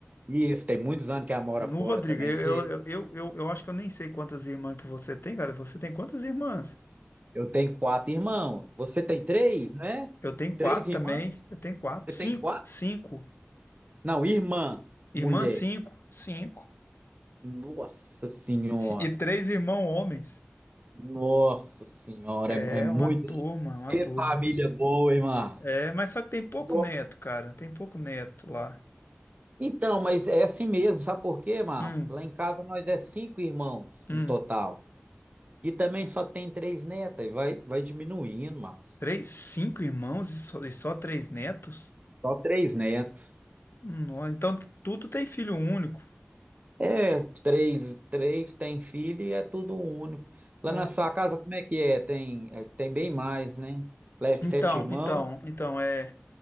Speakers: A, on the right; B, on the left.
A: isso, tem muitos anos que ela mora
B: No
A: fora
B: Rodrigo,
A: também.
B: eu,
A: Você-
B: eu, eu, eu, eu acho que eu nem sei quantas irmãs que você tem, cara. Você tem quantas irmãs?
A: Eu tenho quatro irmãos. Você tem três, né?
B: Eu tenho quatro
A: Três irmãs?
B: também. Eu tenho quatro.
A: Você tem
B: Cinco.
A: quatro?
B: Cinco.
A: Não, irmã,
B: Irmã,
A: mulher.
B: cinco. Cinco.
A: Nossa Senhora.
B: E três irmãos homens.
A: Nossa Senhora.
B: É
A: É, é muita
B: uma turma, uma turma.
A: família boa, hein, Márcio?
B: É, mas só que tem pouco
A: No-
B: neto, cara. Tem pouco neto lá.
A: Então, mas é assim mesmo. Sabe por quê, Márcio?
B: Um,
A: Lá em casa nós é cinco irmãos
B: um.
A: no total. E também só tem três netas. E vai, vai diminuindo, Márcio.
B: Três, cinco irmãos e só, e só três netos?
A: Só três netos.
B: Hum, ó, então tudo tem filho único.
A: É, três, três tem filho e é tudo único. Lá
B: Ó.
A: na sua casa, como é que é? Tem, é, tem bem mais, né? Lá é sete
B: Então,
A: irmãos.
B: então, então, é.